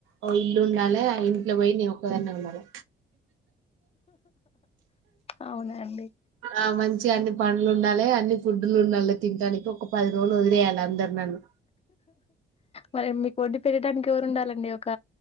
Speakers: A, on the right (about 85°); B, on the left (about 30°).
A: ఓ ఇల్లు ఉండాలి ఆ ఇంట్ల. ఆ ఇంట్లో పోయి నేనొక్కదాన్నే ఉండాలి.
B: అవునా అండి
A: ఆ మన్ మంచిగన్ని పనులు ఉండాలే అన్ని ఫుడ్లు ఉండాలే తినడానికి ఒక పది రోజు లోదిలేేయాలందరు నన్ను
B: మరి మీకు వండి పెట్టడానికి ఎవరు ఉండాలండి ఒక